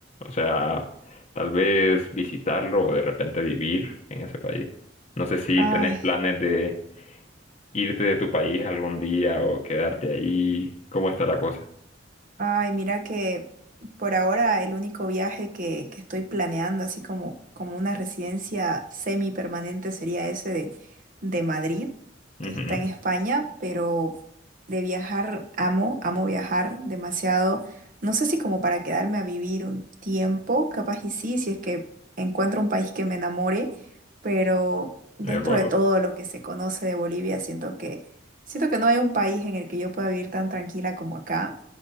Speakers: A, on the left; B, on the right.
A: O sea, tal vez visitarlo o de repente vivir en ese país. No sé si
B: Ay.
A: tenés planes de irte de tu país algún día o quedarte ahí. ¿Cómo está la cosa?
B: Ay, mira que por ahora el único viaje que, que estoy planeando, así como, como una residencia semipermanente, sería ese de, de Madrid,
A: Ujú,
B: que está en España, pero de viajar amo, amo viajar demasiado. No sé si como para quedarme a vivir un tiempo, capaz y sí, si es que encuentro un país que me enamore, pero dentro
A: De acuerdo.
B: de todo lo que se conoce de Bolivia, siento que, siento que no hay un país en el que yo pueda vivir tan tranquila como acá